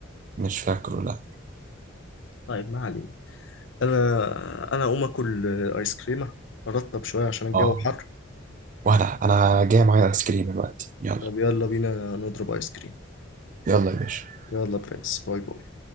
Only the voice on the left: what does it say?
طيب ما علينا انا انا اقوم اكل آه، ايس كريمة ارطب شوية عشان الجو
حر
طب يلا بينا نضرب ايس كريم
يلا برنس باي باي